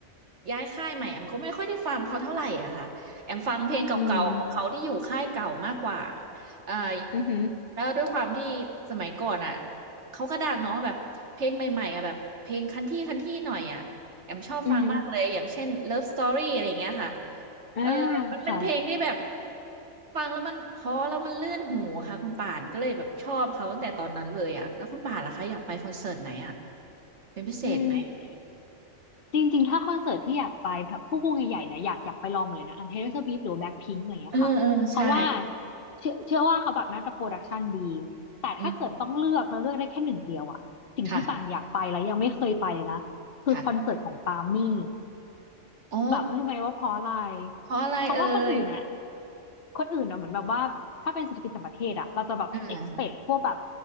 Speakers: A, on the right; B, on the left.
A: ย้ายค่ายใหม่แอมก็ไม่ค่อยได้ฟังเขาเท่าไหร่อะค่ะแอมฟังเพลงเก่าๆของเขาที่อยู่ค่ายเก่ามากกว่า
B: อืม
A: เอ่อ
B: อือหือ
A: แล้วด้วยความที่สมัยก่อนอ่ะเขาก็ดังเนาะแบบเพลงใหม่ๆอ่ะแบบเพลงคันที่คันที่หน่อยอ่ะแอมชอบฟังมากเลยอย่างเช่น
B: อือหือ
A: Love Story อะไรอย่างเงี้ยค่ะ
B: อ่า
A: เออ มันเป็นเพลงที่แบบ
B: ค่ะ
A: ฟังแล้วมันเพราะแล้วมันเลื่อนหูค่ะคุณป่านก็เลยแบบชอบเขาตั้งแต่ตอนนั้นเลยอ่ะแล้วคุณป่านล่ะคะอยากไปคอนเสิร์ตไหนอ่ะเป็นพิเศษไหม
B: อืม จริงๆ ถ้าคอนเสิร์ตที่อยากไปแบบพวกวงใหญ่ๆเนี่ยอยากอยากไปลองหมดเลยนะอันเท o อร์สว f t หรือแบ็คพิงอะไรอย่างเงี้ยค่ะเพราะว่า
A: เออเออใช่
B: เชื่อเชื่อว่าเขาแบบน่าจะโปรดักชันดีแต่ถ้าเกิดต้องเลือกแล้วเลือกได้แค่หนึ่งเดียวอะสิ่งที่ป่านอยากไปแล้วยังไม่เคยไปเลยนะคือคอนเสิร์ตของปามี่
A: อืมค่ะค่ะอ๋อ
B: แบบรู้ไหมว่าเพราะอะไร
A: เพราะอะไรเอ่ย
B: เพราะว่าคนอื่นอะคนอื่นอะเหมือนแบบว่าถ้าเป็นศิลปินต่างประเทศอะเราจะแบบ
A: อ่า
B: expect พวกแบบ